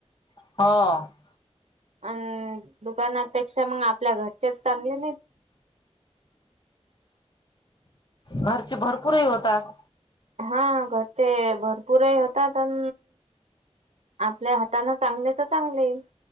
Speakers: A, on the left (about 40°); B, on the right (about 70°).
A: हा
B: अ दुकानापेक्षा मंग आपल्या घरच्याच चांगले नाय.
A: घरचे भरपूरही होतात.
B: हा घरचे भरपूर ही होतात आन आपल्या हातानं चांगले तर चांगले.